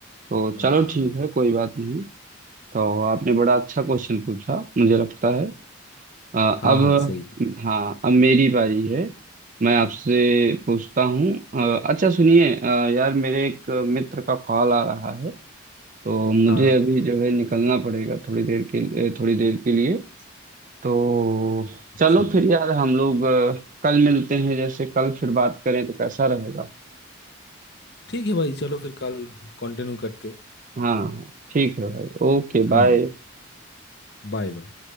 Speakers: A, on the right; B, on the left.
A: तो
B: हाँ
A: चलो ठीक है कोई बात नहीं तो आपने बड़ा अच्छा क्वेश्चन पूछा मुझे लगता है अ,
B: हाँ
A: अब
B: हाँ हाँ सही
A: हाँ अब मेरी बारी है मैं आपसे पूछता हूँ अ, अच्छा सुनिए अ, यार मेरे एक मित्र का कॉल आ रहा है तो मुझे
B: हाँ हाँ
A: अभी जो है निकलना पड़ेगा थोड़ी देर के लिए थोड़ी देर के लिए तो
B: अच्छा
A: चलो फिर यार हम लोग अ, कल मिलते हैं जैसे कल फिर बात करें तो कैसा रहेगा
B: ठीक है भाई चलो फिर कल कंटिन्यू करते हैं।
A: हाँ हाँ ठीक है भाई ओके
B: हाँ
A: बाय
B: Bye bye